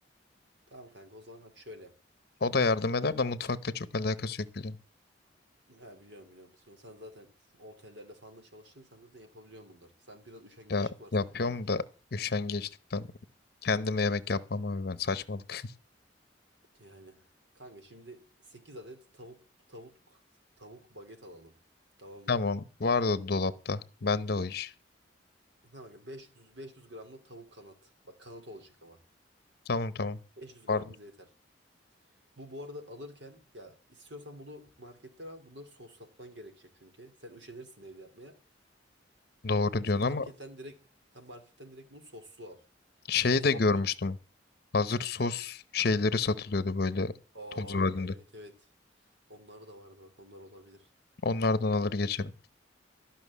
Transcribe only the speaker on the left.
O da yardım eder de mutfakla çok alakası yok biliyorum.
Ya
yapıyorum
da üşengeçlikten kendime yemek yapmam abi ben saçmalık.
Tamam vardı dolapta. Bende o iş.
Tamam tamam.
Var.
Doğru diyorsun
ama
şeyi
de görmüştüm.
Hazır sos şeyleri satılıyordu böyle
toz halinde.
Onlardan alır geçerim.